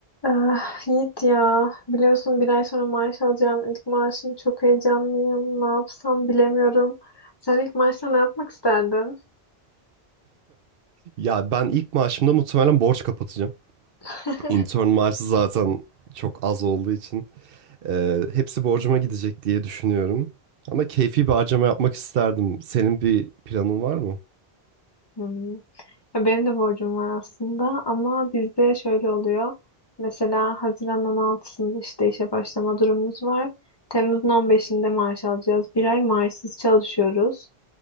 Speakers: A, on the left (about 25°); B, on the right (about 65°).
A: Ah, Yiğit ya biliyorsun bir ay sonra maaş alacağım ilk maaşım çok heyecanlıyım ne yapsam bilemiyorum sen ilk maaşta ne yapmak isterdin?
B: Ya ben ilk maaşımda muhtemelen borç kapatacağım.
A: <laughs>
B: Intern maaşı zaten çok az olduğu için e, hepsi borcuma gidecek diye düşünüyorum. Ama keyfi bir harcama yapmak isterdim. Senin bir planın var mı?
A: Hmm. Ya Benim de borcum var aslında ama bizde şöyle oluyor mesela Haziran on altısında işte işe başlama durumumuz var Temmuz'un on beşinde maaş alacağız bir ay maaşsız çalışıyoruz